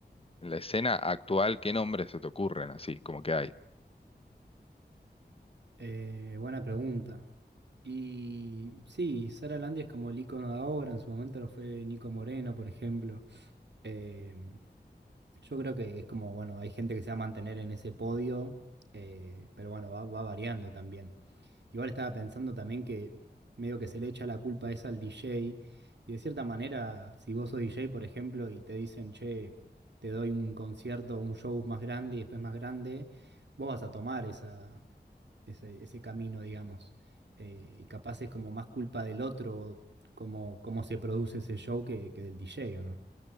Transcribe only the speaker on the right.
Eh, buena pregunta. Y sí, Sara Landri es como el icono de ahora, en su momento lo fue Nico Moreno, por ejemplo. Em, yo creo que es como, bueno, hay gente que se va a mantener en ese podio, eh, pero bueno, va, va variando también. Igual estaba pensando también que medio que se le echa la culpa esa al DJ, y de cierta manera, si vos sos DJ, por ejemplo, y te dicen, che, te doy un concierto, un show más grande y después más grande, vos vas a tomar esa ese, ese camino, digamos. Eh, y capaz es como más culpa del otro, cómo, cómo se produce ese show que, que del DJ, ¿o no?